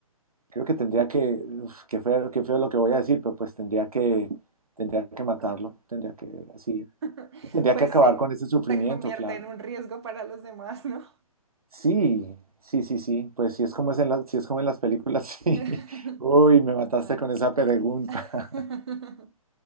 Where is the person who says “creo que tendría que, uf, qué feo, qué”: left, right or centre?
Right